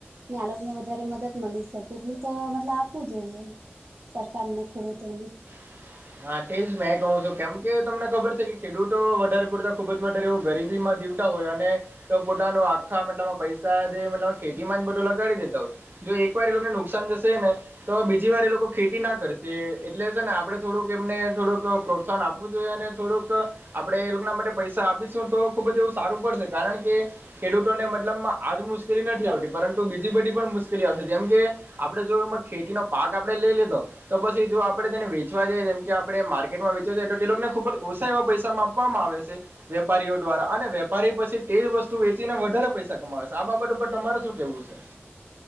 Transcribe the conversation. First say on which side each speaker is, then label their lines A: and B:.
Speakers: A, on the right; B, on the right.
A: ને અલગને વધારે મદદ મળી શકે એટલું તો મતલબ આપવું જોઈએ. સરકાર ને ખેડૂતોને
B: હ <unintelligible> હા તે જ મેં કહું છું કેમ કે તમને ખબર છે કે ખેડૂતો વધારે પૂરતા ખુબ જ વધારે એવું ગરીબીમાં જીવ, હોય અને પોતાનું આખા મતલબમાં પૈસા જે મતલ ખેતીમાં જ બધું લગાડી દેતા હોય, જો એક વાર એ લોકોને નુકસાન જશે ને તો બીજી વાર એ લોકો ખેતી નાખ, કરશે એટલે સર ને આપણે થોડુંક એમને થોડુંક પ્રોત્સાહન આપવું જોઈએ અને થોડુંક, આપડણે એ લોકોના માટે પૈસા આપીશું તો ખુબ જ એવું સારું પડશે કારણ કે, ખેડૂતોને મતલબમાં આજ મુશ્કેલી નથી આવતી, પરંતુ બીજી બધી પણ મુશ્કેલી આવશે જેમ કે આપડે જોય એમાં ખેતી નો પાક આપડે લઈ લીધો. તો પછી જો આપણે તેને વેચવા જઈએ જેમ કે આપણે માર્કેટમાં વેચવા જઈએ, તો તે લોકોને ખુબ જ ઓછા એવા પૈસા માપવામાં આવે છે. વેપારીઓ દ્વારા અને વેપારી પછી તેજ વસ્તુ વેચીને વધારે પૈસા કમાવશે, આ બાબત ઉપર તમારે શું કેવું છે?